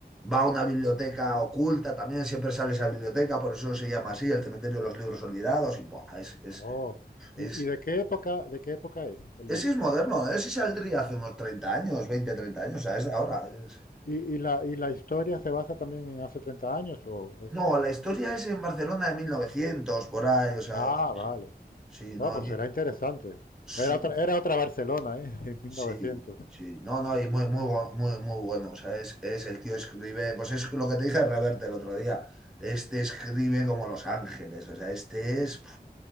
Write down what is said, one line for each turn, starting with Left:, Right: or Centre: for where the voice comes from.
Centre: va a una biblioteca oculta, también siempre sale esa biblioteca, por eso se llama así, el cementerio de los libros olvidados, y ¡buah! Es, es,
Left: Oh, ¿y,
Centre: es,
Left: y de qué época, de qué época es el
Centre: ese
Left: libro?
Centre: es moderno, ¿eh? ese saldría hace unos 30 años, 20 30 años, o sea,
Left: Ah,
Centre: es de ahora. es-
Left: ¿Y, y la, y la historia se basa también en hace 30 años o es...
Centre: No, la historia es en Barcelona de 1900 por ahí, o sea,
Left: Ah,
Centre: sí,
Left: vale.
Centre: sí, no,
Left: Ah, pues
Centre: y-
Left: será interesante.
Centre: su-
Left: Era otra, era otra Barcelona, ¿eh? <laughs> En 1900.
Centre: sí, sí, no, no, y muy, muy, bu- muy, muy bueno, o sea, es, es el tío escribe, pues es lo que te dije de Reverte el otro día, este escribe como Los Ángeles, o sea, este es, pf,